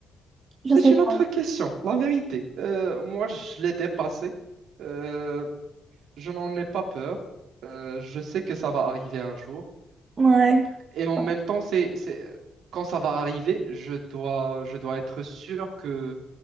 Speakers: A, on the right (about 40°); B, on the right (about 75°).
A: je
B: c'est
A: sais
B: une
A: pas.
B: autre question, la vérité. Euh, moi, je l'ai dépassé. Euh, je n'en ai pas peur. Euh, je sais que ça va arriver un jour.
A: Ouais.
B: Et
A: Je
B: en
A: sais pas.
B: même temps, c'est, c'est, quand ça va arriver, je dois, je dois être sûr que